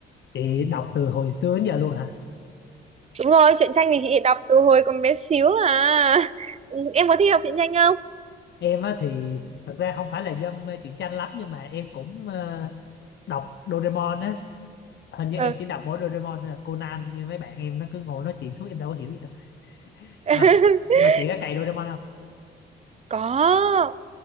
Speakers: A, on the left; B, on the right.
A: chị đọc từ hồi xưa đến giờ luôn hả?
B: Đúng rồi, truyện tranh thì chị đọc từ hồi còn bé xíu à. Ừ, Em có thích đọc truyện tranh không?
A: Em á thì thật ra không phải là dân mê truyện tranh lắm nhưng mà em cũng ờ, đọc Doraemon á hình như
B: Ừ.
A: em chỉ đọc mỗi Doraemon thôi à. Conan như mấy bạn em nó cứ ngồi nói chuyện suốt em đâu có hiểu gì đâu
B: <laughs>
A: nhưng mà nhưng mà chị có cày Doraemon không
B: Có,